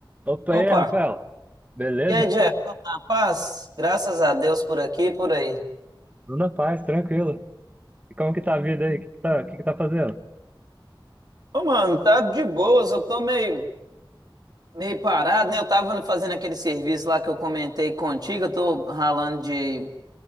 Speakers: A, on the right (about 20°); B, on the right (about 50°).
A: Opa
B: Opa!
A: e aí, Rafael. Beleza?
B: E aí, Jeff? Tá Na paz? Graças a Deus por aqui e por aí.
A: Tudo na paz, tranquilo. E como que tá a vida aí? O que que tá, o que que tá fazendo?
B: Ô, mano, tá de boas. Eu tô meio, meio parado, né? Eu tava fazendo aquele serviço lá que eu comentei contigo. Eu tô ralando de,